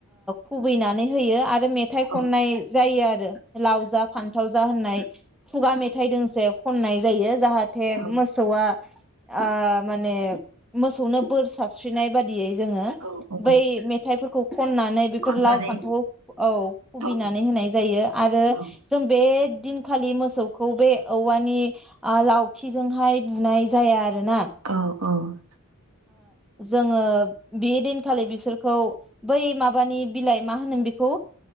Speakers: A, in the centre; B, on the right (about 70°).
A: खुबैनानै होयो आरो आरो मेथाइ खननाय
B: औ
A: जायो आरो लाव जा फान्थाव जा होननाय खुगा मेथाइ दोंसे खननाय जायो जाहााथे
B: औ
A: मसौवा आ माने मोसौनो बोर साबस्रिनाय बाददियै जो
B: औ औ
A: ब मेथ खननानै बेफोर
B: खननानै
A: लाव फान्थाव औ खुबनानै
B: औ
A: होनाय जायो आरो
B: औ
A: जों बे दिनखालि मोसौखौ बे औवानि लावथिजोंहाय बुनाय जाया ना
B: औ औ
A: जोङो बे दिनखालि बिसोरखौ बै माबानि बिलाइ मा होनोम बेखौ